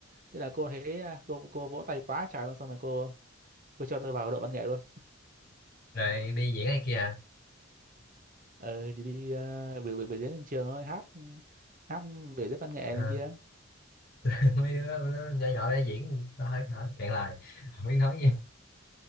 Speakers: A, on the right; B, on the left.
A: thế là cô thấy à, cô cô vỗ tay quá trời luôn xong rồi cô cô cho tôi vào đội văn nghệ luôn
B: rồi đi diễn này kia à
A: ờ thì đi uh, biểu biểu biểu diễn trên trường thôi hát hát biểu diễn văn nghệ
B: Ờ,
A: này kia
B: <laughs> mấy đứa nó nhỏ nhỏ để diễn nó hơi hả cạn lời không biết nói gì